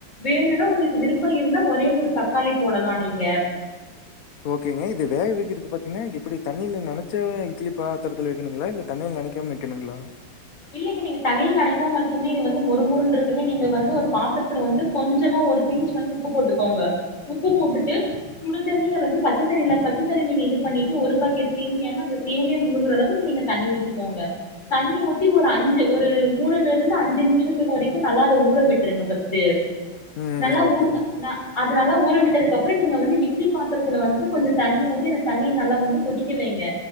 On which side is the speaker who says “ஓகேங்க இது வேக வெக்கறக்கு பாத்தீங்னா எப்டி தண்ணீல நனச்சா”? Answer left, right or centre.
Left